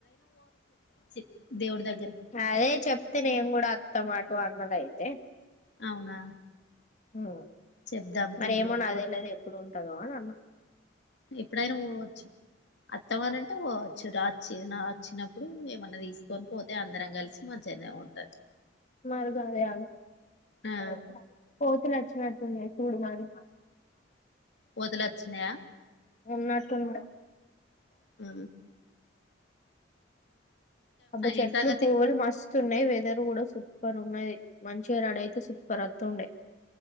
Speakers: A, on the left (about 65°); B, on the left (about 40°).
A: చి దేవుడి దగ్గరికి
B: అదే చెప్తే నేను గూడా టమాటో అన్నడయితే
A: అవునా
B: హ్
A: చెప్దాం
B: మరి
A: తీయగా
B: ఏమో నాకు
A: పో
B: తెలవది ఎప్పుడు ఉంటదో అని అన్నా.
A: ఎప్పుడైనా పోవచ్చు. అత్తమని అంటే పొవచ్చు రా చి నా అచ్చినప్పుడు ఏమన్నా తీసుకొని పోతే అందరం కలిసి మంచిగనే ఉంటది.
B: మరి గదె
A: ఆ
B: <inaudible> పో నచ్చినట్టున్నయి చూడు మరి.
A: పోద్దలచ్చినయా
B: ఉన్నటు ఉన్నడు.
A: హ
B: అబ్బా చెట్లు
A: ఏం సంగతి
B: పువ్వులు మస్ స్తున్నయి. వెదర్ కూడా సూపర్ ఉన్నది. మంచిగా రడయితే సూపర్ వత్తుండే.